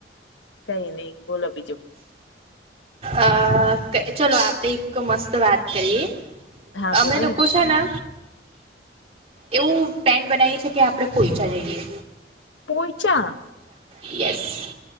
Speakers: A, on the left (about 85°); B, on the right (about 30°).
A: કઈ નહીં બોલો બીજું.
B: અ ચલો આપણે એક મસ્ત વાત કરીએ.
A: હા
B: અમે
A: બોલો
B: લોકું છે ને એવું <unintelligible> છે કે આપણે પોઈચા જઈએ.
A: પોઈચા?
B: યેસ.